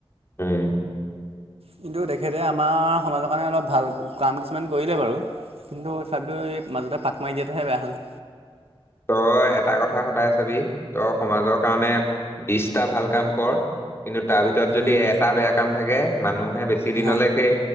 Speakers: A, on the left (about 25°); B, on the right (about 75°).
A: উম।
B: কিন্তু তেখেতে আমাৰ সমাজৰ কাৰণে অলপ ভাল কাম কিছুমান কৰিলে বাৰু। কিন্তু চাবিতো এই মাজতে পাক মাৰি দিয়াতোহে বেয়া হ'ল।
A: তই এটা কথা সদায় চাবি, তই সমাজৰ কাৰণে বিছটা ভাল কাম কৰ কিন্তু তাৰ ভিতৰত যদি
B: উম
A: এটা বেয়া কাম থাকে, মানুহে বেছি দিনলে
B: হয়।
A: সেই